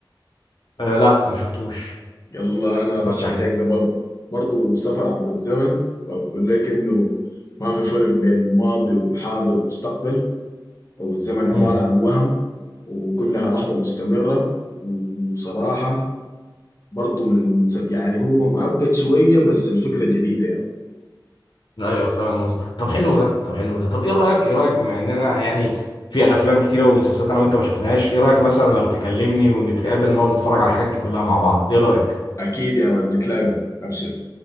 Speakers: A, on the left; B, on the left.
A: أه لا ما شفتوش
B: يلا انا
A: ما اتفرجتش
B: ارشح
A: عليه
B: لك ده برضه برضه سفر عبر الزمن فبقول لك انه ما في فرق بين ماضي وحاضر ومستقبل او الزمن عبارة
A: امم
B: عن وهم وكلها لحظة مستمرة وصراحة برضه من المس... يعني هو معقد شوية بس الفكرة جديدة يعني
A: ايوه فاهم قصدك طب حلو ده طب حلو ده طب ايه رأيك ايه رأيك بما اننا يعني في افلام كتيرة ومسلسلات انا وانت ما شفناهاش ايه رأيك مثلا لو تكلمني ونتقابل نقعد نتفرج على الحاجات دي كلها مع بعض ايه رأيك
B: اكيد يا مان نتلاقى ابشر